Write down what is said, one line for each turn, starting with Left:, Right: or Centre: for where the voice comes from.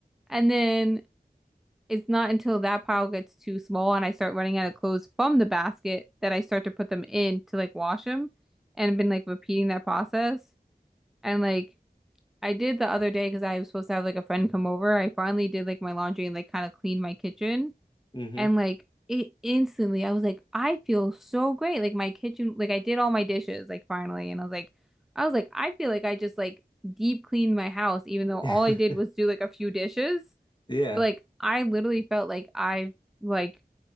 Centre: and then it's not until that pile gets too small and I start running out of clothes from the basket that I start to put them in to like wash them and I've been like repeating that process and like I did the other day because I was supposed to have like a friend come over. I finally did like my laundry and like kind of cleaned my kitchen.
Left: Mm-hmm.
Centre: And like it instantly, I was like, I feel so great. Like my kitchen, like I did all my dishes like finally. And I was like, I was like, I feel like I just like deep cleaned my house, even
Left: <laughs>
Centre: though all I did was do like a few dishes.
Left: Yeah.
Centre: But like I literally felt like I've like